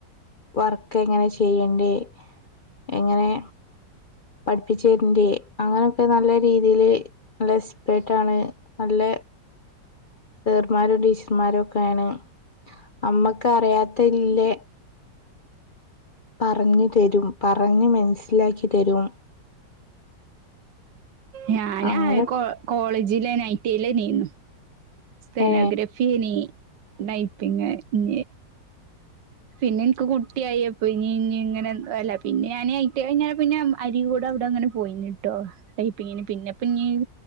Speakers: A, on the left (about 60°); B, on the right (about 80°).
A: വർക്ക് എങ്ങനെ ചെയ്യണ്ടേ എങ്ങനെ പഠിപ്പിച്ചു തരണ്ടേ അങ്ങനെയൊക്കെ നല്ല രീതി ഇതിൽ നല്ല എസ്പേട്ടാണ് നല്ല സർമാരോ ടീച്ചർമാരോ ഒക്കെയാണ് നമ്മക്ക് അറിയാത്തല്ലേ പറഞ്ഞു തരും പറഞ്ഞ് മനസ്സിലാക്കി തരും
B: ഞാന <unintelligible>
A: അങ്ങനെ
B: കോളേജില ഐറ്റയില നീന്നു സ്റ്റനോഗ്രഫിനി
A: ഏ
B: നൈപ്പിങ് ഇ പിന്നെ എനിക്ക് കുട്ടിയായിപ്പ ഇനി ഇനി ഇങ്ങനെ അല്ല പിന്നെ ഞാന ആയിട്ട് കഴിഞ്ഞ പിന്നെ അരി കൂടെ ട്ടങ്ങനെ പോയിനിട്ടോ ടൈപ്പിങ്ങിന് പിന്നെപ്പഞ്